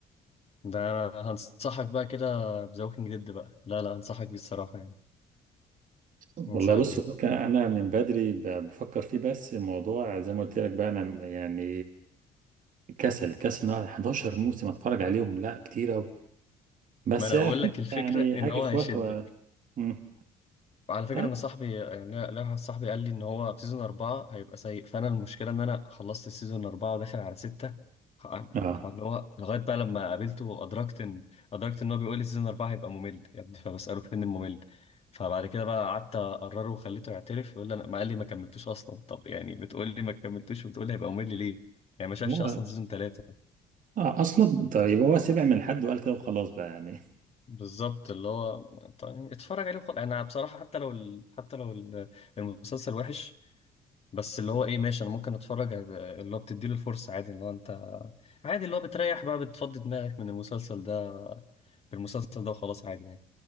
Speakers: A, on the left; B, on the right.
A: ده أنا هنصحك بقى كده بذا ووكينج ديد بقى لا لا هنصحك بيه الصراحة يعني
B: والله
A: هنصحك
B: بص
A: بيه
B: هو كان انا من بدري ب- بفكر فيه بس الموضوع زي ما قلت لك بقى انا يعني كسل كسل ان أقعد 11 موسم اتفرج عليهم لا كتير قوي بس
A: ما أنا
B: اكيد
A: بقول لك الفكرة
B: يعني
A: إن
B: هاجي
A: هو
B: في
A: هيشدك
B: وقت و... مم.
A: على فكرة
B: طيب
A: أنا صاحبي يعني لا لا واحد صاحبي قال لي إن هو في سيزون أربعة هيبقى سيء فأنا المشكلة إن أنا خلصت سيزون أربعة وداخل على ستة ف-
B: اه
A: فاللي هو لغاية بقى لما قابلته أدركت إن أدركت إن هو بيقول لي سيزون أربعة هيبقى ممل يا ابني فبسأله فين الممل فبعد كده بقى قعدت أقرره وخليته يعترف يقول لي أنا ما قال لي ما كملتوش أصلا طب يعني بتقول لي ما كملتوش وبتقول لي هيبقى ممل ليه؟ يعني ما شافش
B: لا
A: أصلا سيزون ثلاثة
B: آه، اصلا طيب هو سمع من حد وقال كده وخلاص بقى يعني
A: بالظبط اللي هو طيب اتفرج عليه وخلاص أنا بصراحة حتى لو ال... حتى لو ال... المسلسل وحش بس اللي هو ايه ماشي انا ممكن اتفرج اللي هو بتديله الفرصه عادي اللي هو انت عادي اللي هو بتريح بقى بتفضي دماغك من المسلسل ده بالمسلسل ده وخلاص عادي يعني